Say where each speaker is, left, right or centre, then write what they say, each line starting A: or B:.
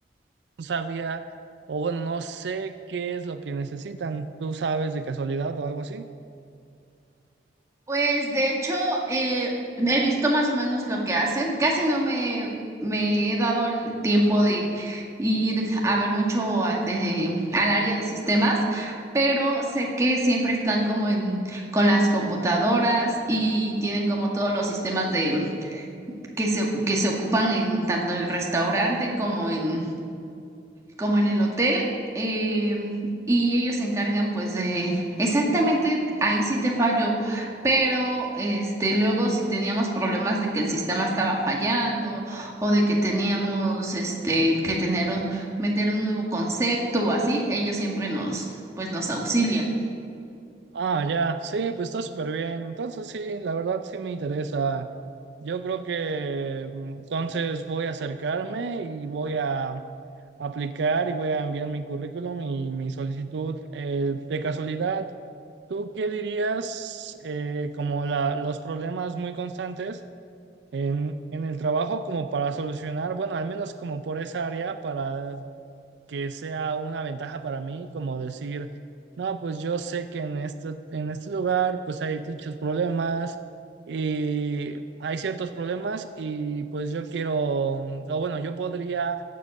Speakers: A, on the right; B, on the right.
A: no sabía o bueno, no sé qué es lo que necesitan. ¿Tú sabes de casualidad o algo así?
B: Pues de hecho, eh, he visto más o menos lo que hacen. Casi no me, me he dado el tiempo de ir a ver mucho al, de, al área de sistemas, pero sé que siempre están como en, con las computadoras y tienen como todos los sistemas de, que se, que se ocupan en tanto en el restaurante como en como en el hotel. eh, y ellos se encargan pues de exactamente ahí sí te fallo, pero este luego si teníamos problemas de que el sistema estaba fallando o de que teníamos este que tener un, meter un nuevo concepto o así, ellos siempre nos pues nos auxilian.
A: Ah, ya, sí, pues está súper bien. Entonces sí, la verdad sí me interesa. Yo creo que mm, entonces voy a acercarme y voy a aplicar y voy a enviar mi currículum y mi solicitud. Eh, de casualidad, ¿tú qué dirías eh, como la- los problemas muy constantes en, en el trabajo como para solucionar, bueno, al menos como por esa área, para que sea una ventaja para mí, como decir, no, pues yo sé que en este, en este lugar pues hay dichos problemas y hay ciertos problemas y pues yo quiero, mm, o bueno, yo podría